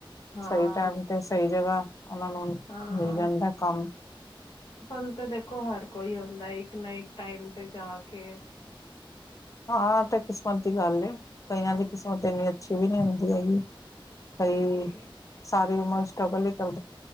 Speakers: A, on the left; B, on the left.
A: ਹਾਂ
B: ਸਹੀ ਟਾਈਮ ਤੇ ਸਹੀ ਜਗ੍ਹਾ ਉਹਨਾਂ ਨੂੰ
A: ਹਾਂ
B: ਮਿਲ ਜਾਂਦਾ ਕੰਮ।
A: ਕੂਲ ਤੇ ਦੇਖੋ ਹਰ ਕੋਈ ਹੁੰਂਦਾ ਇੱਕ ਨਾ ਇੱਕ ਟਾਈਮ ਤੇ ਜਾ ਕੇ
B: ਹਾਂ ਤੇ ਕਿਸਮਤ ਦੀ ਗੱਲ ਏ। ਕਈਆਂ ਦੀ ਕਿਸਮਤ ਤੇ ਇੰਨੀ ਅੱਛੀ ਵੀ ਨਹੀਂ ਹੁੰਦੀ ਹੈਗੀ। ਕਈ
A: ਹਾਂਜੀ
B: ਸਾਰੀ ਉਮਰ ਸਟਰਗਲ ਹੀ ਕਰ